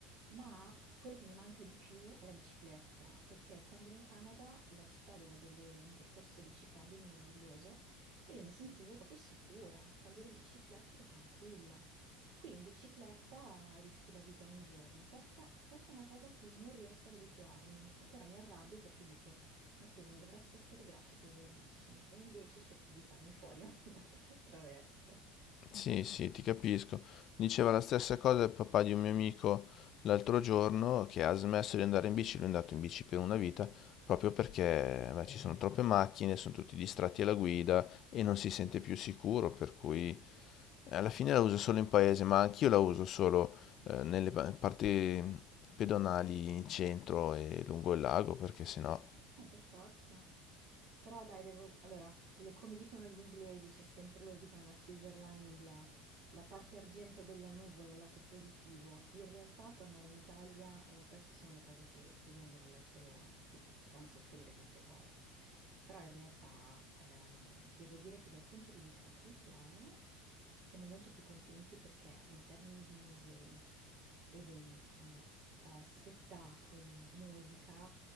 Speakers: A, on the right; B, on the left.
A: ma quello che mi manca di più è la bicicletta, perché quando ero in Canada la città aveva delle- un percorso di ciclabili meraviglioso e io mi sentivo proprio sicura, quando ero in bicicletta ero tranquilla. Qui in bicicletta rischi la vita ogni giorno. Questa, questa è una cosa a cui non riesco ad abituarmi. Ancora mi arrabbio perché dico, ma scusami, dovresti essere grato che uso la bici. E invece cerchi di farmi fuori <laughs> ogni volta che attraverso.
B: Sì, sì, ti capisco. Diceva la stessa cosa il papà di un mio amico l'altro giorno che ha smesso di andare in bici, lui è andato in bici per una vita, proprio perché beh, ci sono troppe macchine, sono tutti distratti alla guida e non si sente più sicuro, per cui alla fine la uso solo in paese, ma anch'io la uso solo eh, nelle pa- parti pedonali in centro e lungo il lago, perché sennò
A: Eh, per forza. Però dai, devo... Allora, le- come dicono gli inglesi, c'è sempre, loro dicono la silver lining, la, la parte argento della nuvola, il lato positivo. In realtà tornare in Italia, allora queste sono le cose che tu venendo dall'estero ti, ti fanno soffrire queste cose. Però in realtà ehm, devo dire che dal punto di vista culturale siamo molto più contenti perché in termini di musei, eventi, eh, spettacoli, musica.